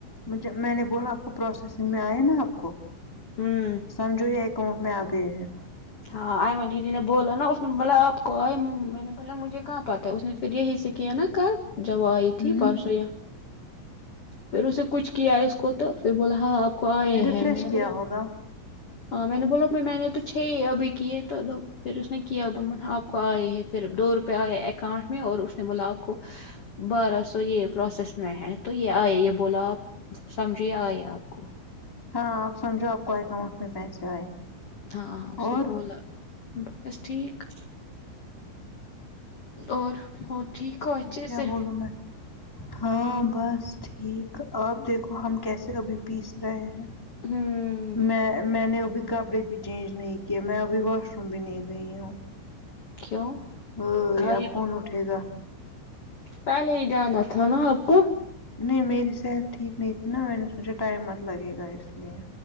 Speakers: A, in the centre; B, on the left (about 45°).
A: مجھے میں نے بولا آپ کو پروسیسنگ میں آیا نا آپ کو
B: ہوں
A: سمجھو یہ اکاؤنٹ میں آ گئے ہیں
B: ہاں آئ ما دیدی نے بولا نا اس مطلب آپ کو بھلا مجھے کہاں پتا ہے اس نے پھر یہی سے کیا نا کل جب آئی تھی
A: ہ
B: پرسوں یہاں پھر اسے کچھ کیا ہے اس کو تو پھر بولا ہاں آپ کو آئے
A: ریفریش
B: ہیں میں نے
A: کیا
B: بولا
A: ہوگا
B: ہاں میں نے بولا پھر میں نے تو چھ ہی ابھی کیے تو پھر اس نے کیا تھا آپ کو آئے ہیں پھر دو روپئے آئےہے اکاؤنٹ میں اور اس نے ملا آ پکو بارہ سو یہ پروسیس میں ہے تو یہ آئے یہ بولا آپ سمجھیے آئے آپ کو
A: ہاں آپ سمجھو آپ کو اکاؤنٹ میں پیسے آئے
B: ہاں ہاں اس
A: اور
B: نےبولا بس ٹھیک اور ٹھیک ہو اچھے
A: کیا
B: سے
A: بولوں میں ہاں بس ٹھیک آپ دیکھو ہم کیسے ابھی پیس رہے ہیں
B: ہوں
A: میں میں نے ابھی کپڑے بھی چینج نہیں کیے میں ابھی واش روم بھی نہیں گئی ہوں
B: کیوں
A: امم
B: خالی
A: یہ اب کون اٹھے گا
B: پہلے ہی جانا تھا نا آپ کو
A: نہیں میری صحت ٹھیک نہیں تھی نا میں نے سوچا ٹائم مت لگے گا اس لیے